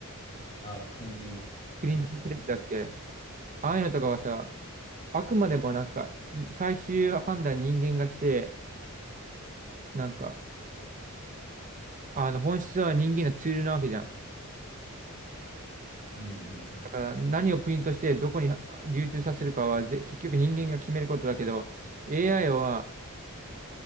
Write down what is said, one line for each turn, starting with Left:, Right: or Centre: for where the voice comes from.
Left: あ、プリンティングプレスだっけ
Right: プリンティングプレスだっけ。ああいうのとかはさ、あくまでもなんか、最終判断人間がして、なんか、あの本質は人間のツールなわけじゃん。
Left: うんうん
Right: だから何をプリントしてどこにあ流通させるかはぜ結局人間が決めることだけど AI は